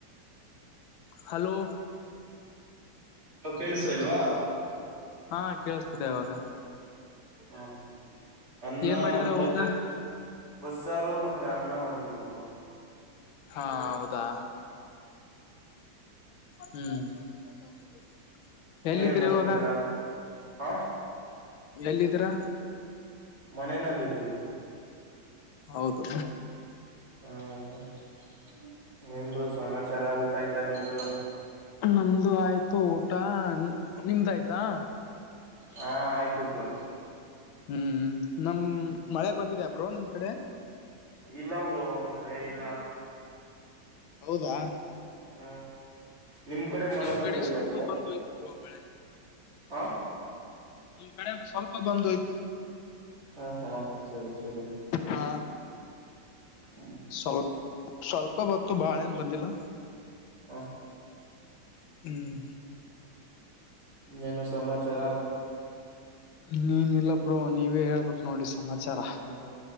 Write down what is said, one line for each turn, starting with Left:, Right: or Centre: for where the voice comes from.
Left: ಹಲೋ
Right: ಕೇಳಳ್ಸಾ ಇಲ್ವಾ
Left: ಹಾ ಕೇಳಿಸ್ತಿದೆ ಇವಾಗ
Right: ಹಾ ಅನ್ನ
Left: ಏನ್ ಮಾಡಿದ್ರ
Right: ಮತ್ತೆ
Left: ಊಟ
Right: ಬಸ್ಸಾರು ಮತ್ತೆ ಅನ್ನ ಮಾಡಿದ್ರುಬ್ರು
Left: ಹಾ ಹೌದಾ ಹ್ಮ್ ತದೆ ಎಲ್ಲಿದೀ್ರಾ
Right: ನೀವೇನ್ ಮಾಡ್ತಾ
Left: ಇವಾಗ
Right: ಇದ್ದೀರಾ ಹಾ
Left: ಎಲ್ಲಿದೀರಾ
Right: ಮನನಲ್ಲಿದ್ದೀವಿ
Left: ಹೌದು
Right: ಹ್ಮ ಹ ನಿಮರು ಸಮಾಚಾರ ಊಟ ಆಯ್ತಾ ನಿಮ್ದು
Left: ನಮ್ದು ಆಯ್ತು ಊಟ ನಿಮ್ದ ಆಯ್ತಾ
Right: ಹಾ ಆಯ್ತುೊಬ್ರು
Left: ಹ್ಮ್ ನಮ್ ಮಳೆ ಬಂದಿದೆ್ಯಾಬ್ರೋ ನಿಮ್ ಕಡೆ
Right: ಇಲ್ಲವರು ಮಳೆ ಇಲ್ಲ
Left: ಹೌದಾ
Right: ಹ್ಮ ನಿಮ್ ಕಡೆ ಮಳೆ
Left: ನಮ್
Right: ಬರ್ತಾ
Left: ಕಡೆ
Right: ಇದ್ಯಾಪ್ಪ
Left: ಸ್ವಲ್ಪ ಬಂದ್ ಹೋಯ್ತು ಬ್ರೋ ಮಳೆ
Right: ಹ
Left: ನಮ್ ಕಡೆ ಸ್ವಲ್ಪ ಬಂದೋಯ್ತು
Right: ಹಾ ಹಾ ಸರಿ ಸರಿ
Left: ಹ
Right: ಹ್ಮ
Left: ಸ್ವಲ್ಪ ಸ್ವಲ್ಪ ಹೊತ್ತು ಬಾಳ ಏನ್ ಬಂದಿಲ್ಲ
Right: ವಾಹ
Left: ಹ್ಮ್
Right: ನೇನು ಸಮಾಚಾರ
Left: ನೀನ್ ಇಲ್ಲಬ್್ರ ನೀವೇ ಹೇಳ್ಬೇಕು ನೋಡಿ ಸಮಾಚಾರ
Right: ಹ